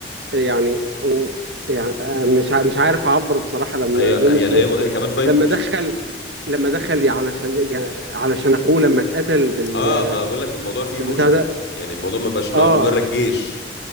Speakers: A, on the right (about 75°); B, on the left (about 80°).
A: يعني و... يعني آه، مش ع- مش عارف اعبر بصراحه لما
B: هي
A: جون
B: هي
A: سنو
B: يعني هي, هي كمان فايت
A: لما
B: مش
A: دخل لما دخل علشان يعني علشان اخوه لما اتقتل بال...
B: اه ما بقول لك الموضوع فيه ايموشنز
A: بالبتاع ده
B: بقى يعني الموضوع ما بقاش اللي
A: اه
B: هو مجرد جيش